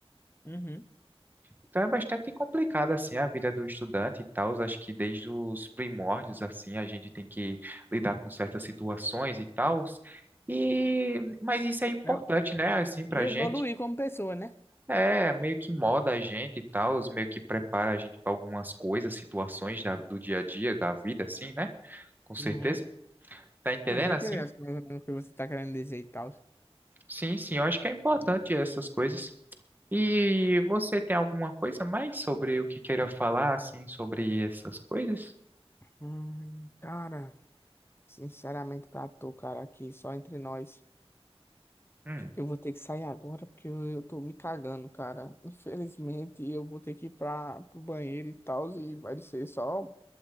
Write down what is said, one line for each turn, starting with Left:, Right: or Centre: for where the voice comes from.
Left: Uhum.
Right: Então é bastante complicado assim a vida do estudante e tal. Acho que desde os primórdios assim, a gente tem que lidar com certas situações e tal. E mas isso é importante,
Left: Eu-
Right: né, assim pra
Left: E evoluir
Right: gente.
Left: como pessoa, né?
Right: É, meio que moda a gente e tal, os meio que prepara a gente para algumas coisas, situações da- do dia a dia, da vida, assim, né? Com certeza.
Left: Uhum.
Right: Tá entendendo
Left: Não tô entendendo
Right: assim?
Left: mais ou menos o que você tá querendo dizer e tal.
Right: Sim, sim, eu acho que é importante essas coisas. E você tem alguma coisa mais sobre o que queira falar, assim, sobre essas coisas?
Left: Hum, cara, sinceramente pra tu, cara, aqui só entre nós,
Right: Hum.
Left: eu vou ter que sair agora porque eu, eu tô me cagando, cara. Infelizmente, eu vou ter que ir pra, pro banheiro e tal, e vai ser só,